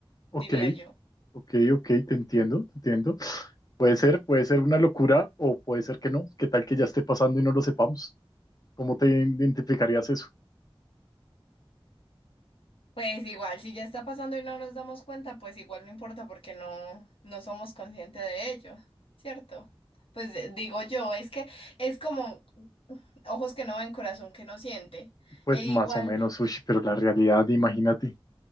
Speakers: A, on the left (about 40°); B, on the left (about 70°).
A: Ok,
B: diría yo.
A: ok, ok, te entiendo, te entiendo. Puede ser, puede ser una locura o puede ser que no. ¿Qué tal que ya esté pasando y no lo sepamos? ¿Cómo te identificarías eso?
B: Pues igual, si ya está pasando y no nos damos cuenta, pues igual no importa porque no, no somos conscientes de ello, ¿cierto? Pues de- digo yo, es que es como ojos que no ven, corazón que no siente.
A: Pues
B: E igual,
A: más o menos, uy, pero la realidad, imagínate,